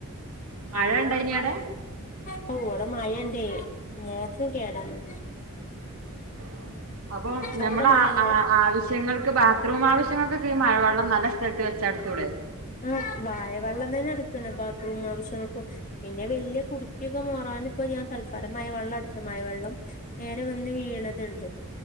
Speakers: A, on the right; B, on the left.
A: മഴ ഇണ്ടായിനിയോ അവ്ടെ
B: ഹാവൂ ഇവ്ടെ മഴ ഇണ്ടേ മോട്ടറും കേടന്ന്
A: <inaudible> അപ്പം
B: അവിടെ
A: നമ്മളെ
B: മഴല്ലേ
A: അ ആ ആവശ്യങ്ങൾക്ക് ബാത്റൂം ആവശ്യങ്ങൾക്കൊക്കെ ഈ മഴ വെള്ളം നല്ല സ്ഥലത്ത് വെച്ച ഇടുത്തൂടെ
B: ആഹ് മഴ വെള്ളം തന്നെ ഇട്ക്ക്ണെ ബാത് റൂം ആവശ്യങ്ങൾക്കും പിന്നെ വല്ല്യ കുടുക്കയൊക്കെ മോറാൻ ഇപ്പ ഞാൻ തൽക്കാലം മഴ വെള്ളം ഇട്ത്തേ മഴവെള്ളം നേരെ വന്ന് വീണത്ണ്ട്